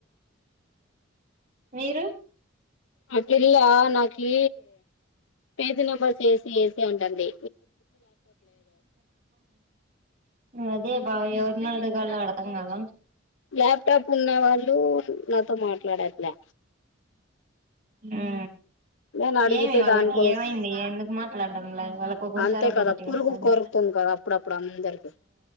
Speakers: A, on the right; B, on the left.
A: మీరు
B: ఆ పిల్ల నాకి పేజ్ నెంబర్స్ ఏసి ఏసి అంటన్ది
A: అదే భావ్య మెడ్గాల అర్థంకాల
B: ల్యాప్టాప్ ఉన్న వాళ్ళు నాతో మాట్లాడట్లా
A: ఆ
B: నేను అడిగితే
A: ఏమి వాళ్ళకి
B: దానికోస్
A: ఏమైంది ఎందుకు మాట్లాడడం వాళ్ళకి ఒక్కోసారి
B: అంతే
A: ఒక్కొక్కటి
B: కదా పురుగు
A: వస్తాది
B: కొరుకుతుంది అప్పుడప్పుడు అందరికి